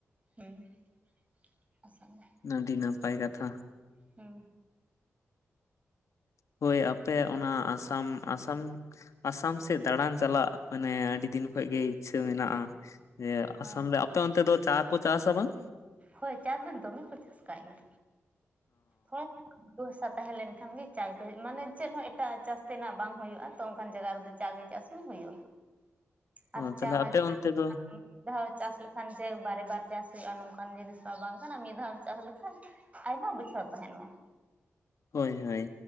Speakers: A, on the right (about 25°); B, on the left (about 70°).
A: ᱦᱩᱻ
B: ᱟᱹᱰᱤ ᱱᱟᱯᱟᱭ ᱠᱟᱛᱷᱟ᱾
A: ᱦᱩ
B: ᱦᱳᱭ ᱟᱯᱮ ᱚᱱᱟ ᱟᱸᱥᱟᱢ ᱟᱸᱥᱟᱢ ᱟᱥᱟᱢ ᱥᱮᱫ ᱫᱟᱬᱟᱱ ᱪᱟᱞᱟᱜ ᱢᱟᱱᱮ ᱟᱹᱰᱤ ᱫᱤᱱ ᱠᱷᱚᱡᱽ ᱜᱮ ᱤᱪᱪᱷᱟᱹ ᱢᱮᱱᱟᱜᱼᱟ ᱡᱮ ᱟᱸᱥᱟᱢ
A: ᱦᱳᱭ
B: ᱨᱮ ᱟᱯᱮ ᱚᱱᱛᱮ ᱫᱚ ᱪᱟ ᱠᱚ ᱪᱟᱥᱟ ᱵᱟᱝ
A: ᱦᱳᱭ ᱪᱟ ᱫᱚ ᱫᱚᱢᱮ ᱠᱚ ᱪᱟᱥ ᱠᱟᱜ ᱜᱮᱭᱟ ᱦᱚ ᱜᱷᱩᱴᱩ ᱦᱟᱥᱟ ᱛᱟᱦᱮᱸᱞᱮᱱ ᱠᱷᱟᱱ ᱜᱮ ᱪᱟᱭ ᱠᱚ ᱢᱟᱱᱮ ᱪᱮᱫ ᱦᱚᱸ ᱮᱴᱟᱜᱼᱟ ᱪᱟᱥᱛᱤᱱᱟᱜ ᱵᱟᱝ ᱦᱩᱭᱩᱜᱼᱟ ᱛᱚ ᱚᱱᱠᱟᱱ ᱡᱟᱭᱜᱟ ᱨᱮ ᱫᱚ ᱪᱟ ᱜᱮ ᱪᱟᱥ ᱢᱮ ᱦᱩᱭᱩᱜᱼᱟ ᱟᱨ
B: ᱚ ᱛᱟᱦᱞᱮ
A: ᱪᱟ ᱢᱟ
B: ᱟᱯᱮ
A: ᱡᱟᱦᱟᱸ
B: ᱚᱱᱛᱮ
A: ᱢᱤᱫᱫᱷᱟᱱ
B: ᱫᱚ
A: ᱢᱤᱫ ᱫᱷᱟᱣ ᱪᱟᱥ ᱞᱮᱠᱷᱟᱱ ᱡᱮ ᱵᱟᱨᱮ ᱵᱟᱨ ᱪᱟᱥ ᱦᱩᱭᱩᱜᱼᱟ ᱱᱚᱝᱠᱟᱱ ᱡᱤᱱᱤᱥ ᱢᱟ ᱵᱟᱝ ᱠᱟᱱᱟ ᱢᱤᱫ ᱫᱷᱟᱣ ᱮᱢ ᱪᱟᱥ ᱞᱮᱠᱷᱟᱱ ᱟᱭᱢᱟ ᱵᱚᱪᱷᱚᱨ ᱛᱟᱦᱮᱸᱱᱚᱜᱼᱟ᱾
B: ᱦᱳᱭ ᱦᱟᱹᱭ